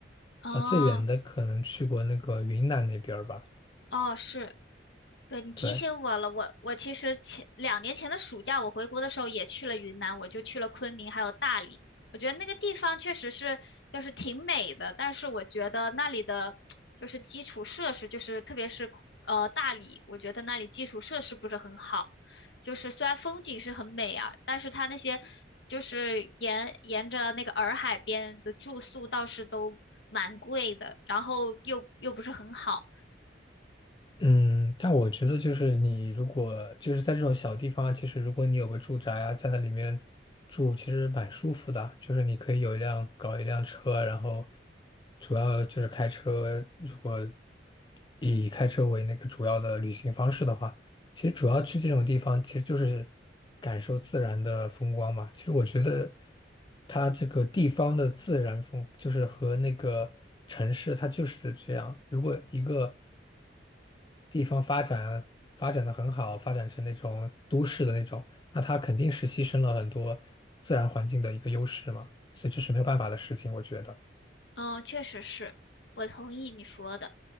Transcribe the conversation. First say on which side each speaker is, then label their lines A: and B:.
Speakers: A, on the left; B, on the left.
A: 哦，
B: 啊，最远的可能去过那个云南那边儿吧，
A: 哦，是，对，你提醒我了，
B: 对。
A: 我我其实前两年前的暑假我回国的时候也去了云南，我就去了昆明还有大理，我觉得那个地方确实是就是挺美的，但是我觉得那里的就是基础设施，就是特别是呃大理，我觉得那里基础设施不是很好，就是虽然风景是很美啊，但是它那些就是沿沿着那个洱海边的住宿倒是都蛮贵的，然后又又不是很好。
B: 嗯，但我觉得就是你如果就是在这种小地方，其实如果你有个住宅啊，在那里面住，其实蛮舒服的。就是你可以有一辆搞一辆车，然后主要就是开车。如果以开车为那个主要的旅行方式的话，其实主要去这种地方，其实就是感受自然的风光嘛。其实我觉得它这个地方的自然风，就是和那个城市它就是这样。如果一个地方发展发展的很好，发展成那种都市的那种，那它肯定是牺牲了很多自然环境的一个优势嘛，所以这是没有办法的事情，我觉得。
A: 嗯，确实是，我同意你说的。